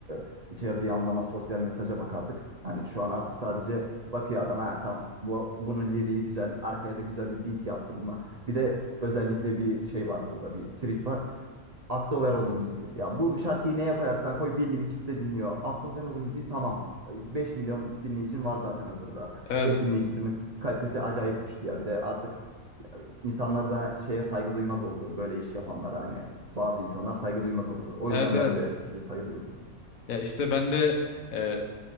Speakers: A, on the right; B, on the left.
A: E, içerdiği anlama, sosyal mesaja bakardık. Hani şu an artık sadece bakıyor adam ha tamam bu, bunun liriği güzel, arkaya da güzel bir beat yaptım mı? Bir de özellikle bir şey var burada bir trik var. Aktoveroğlu müziği. Ya bu şarkıyı neye koyarsan koy belli bir kitle dinliyor. Aktoveroğlu müziği tamam. 5 milyon dinleyicin var zaten hazırda.
B: Evet,
A: Rap dinleyicisinin kalitesi acayip düştü ya. Bir de artık insanlar da şeye saygı duymaz oldu. Böyle iş yapanlara hani bazı insanlar saygı duymaz oldu. O
B: evet,
A: yüzden
B: evet.
A: bence Türkiye saygı duymuyor.
B: Ya işte ben de e,